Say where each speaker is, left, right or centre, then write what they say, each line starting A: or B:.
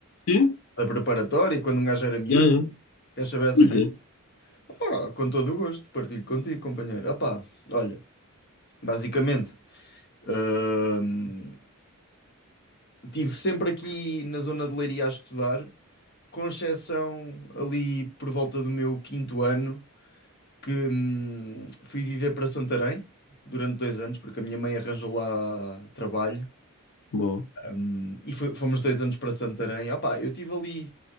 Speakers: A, on the left; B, on the left.
A: Sim.
B: da preparatória, quando um gajo era miúdo?
A: Já, já.
B: Queres saber essas
A: Pois
B: coisas?
A: é,
B: Opá, com todo o gosto, partilho contigo, companheiro. Opá, olha, basicamente, hum, tive sempre aqui na zona de Leiria a estudar, com exceção ali por volta do meu quinto ano. que hum, fui viver para Santarém durante dois anos, porque a minha mãe arranjou lá trabalho,
A: Boa,
B: hum, e fo- fomos dois anos para Santarém. Opá, eu tive ali,